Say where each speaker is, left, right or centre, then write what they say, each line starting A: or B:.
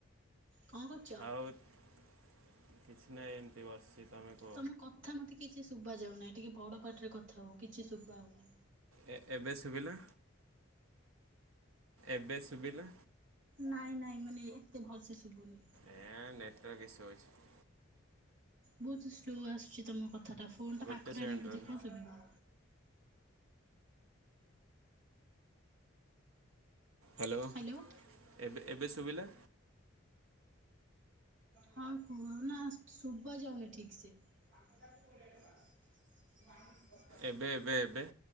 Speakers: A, on the right; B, on the right.
A: କଣ କରୁଛ?
B: ଆଉ କିଛି ନାହିଁ ଏମତି ବସ୍ ତମେ କ
A: ତମ କଥା ମୋତେ କିଛି ଶୁଭା ଯାଉନାହିଁ ଟିକେ ବଡ଼ ପାଟିରେ କଥା ହୁଅ କିଛି ଶୁଭା ଯାଉନାହିଁ।
B: ଏ ଏବେ ଶୁବିଲା, ଏବେ ଶୁବିଲା।
A: ନାଇଁ ନାଇଁ ମାନେ ଏତେ ଭଲସେ ଶୁଗୁନି।
B: ଏ ନେଟୱାର୍କ ଇସୁ ହଉଛି।
A: ବହୁତ ସ୍ଲୋ ଆସୁଛି ତମ କଥାଟା ଫୋନ ଟା
B: ଗୋଟେ
A: ପାଖରୁ
B: ସେକେଣ୍ଡ
A: ଆଣି ବୋଦେ
B: ରୁହ
A: କୁହ, ସୁବିବ।
B: ହାଲୋ।
A: ହାଲୋ।
B: ଏବେ ଏବେ ଶୁଭିଲା।
A: ହଁ କୁହ ନା, ସୁବା ଯାଉନି ଠିକ୍ ସେ। <unintelligible>
B: ଏବେ ଏବେ ଏବେ